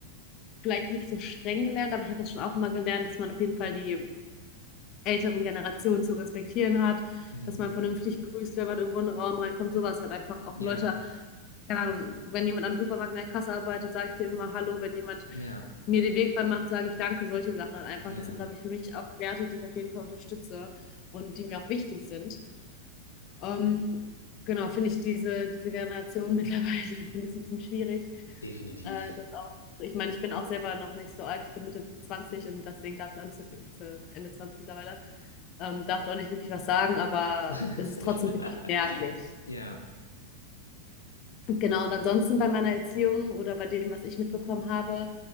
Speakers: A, on the left; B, on the left.
A: vielleicht nicht so streng gelernt, aber ich habe das schon auch immer gelernt, dass man auf jeden Fall die älteren Generationen zu respektieren hat,
B: mhm.
A: dass man vernünftig grüßt, wenn man irgendwo in den Raum reinkommt, sowas halt einfach auch
B: Ja,
A: Leute keine Ahnung, wenn jemand am Supermarkt in der Kasse arbeitet, sage ich dir immer Hallo. Wenn jemand
B: ja,
A: mir den Weg frei macht, sage ich Danke. Solche Sachen halt einfach.
B: ja,
A: Das sind, glaube ich, für mich auch Werte, die ich auf jeden Fall unterstütze und die mir auch wichtig sind. Ähm, genau, finde ich diese, diese Generation <laughs> mittlerweile, finde ich es ein bisschen schwierig.
B: definitiv.
A: Äh, das auch, ich meine, ich bin auch selber noch nicht so alt. Ich bin Mitte 20 und deswegen darf ich auch nicht so viel, zu Ende 20 mittlerweile, ähm, darf auch nicht wirklich was sagen, aber
B: <laughs>
A: es
B: Safe.
A: ist trotzdem
B: <laughs>
A: merklich.
B: Ja,
A: Genau, und ansonsten bei meiner Erziehung oder bei dem, was ich mitbekommen habe,